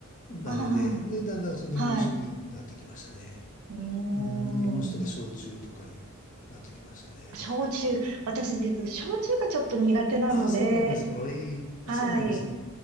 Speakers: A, on the left; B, on the right.
A: ダメで、
B: あ
A: で、だんだんその日本酒になってきましたね。
B: あ、はい。うーん。
A: うん、日本酒とか焼酎とかになってきましたね。
B: 焼酎。私、実は焼酎がちょっと苦手なので、
A: ああ、そうなんですか。あ、いい。あ、
B: はい。
A: そうなんですね。